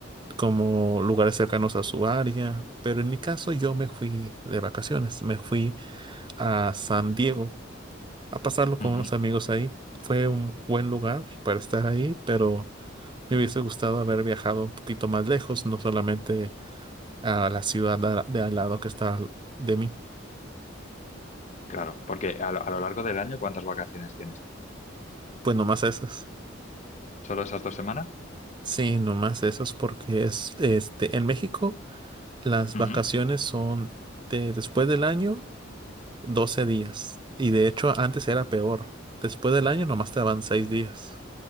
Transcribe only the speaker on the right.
como lugares cercanos a su área. Pero en mi caso yo me fui de vacaciones, me fui a San Diego a pasarlo con
unos amigos ahí. Fue un buen lugar para estar ahí, pero me hubiese gustado haber viajado un poquito más lejos, no solamente a la ciudad a- de al lado que está de mí.
Pues nomás esas.
Sí, nomás esos porque es este en México Las vacaciones
son de después del año, 12 días. Y de hecho, antes era peor. Después del año nomás te daban 6 días.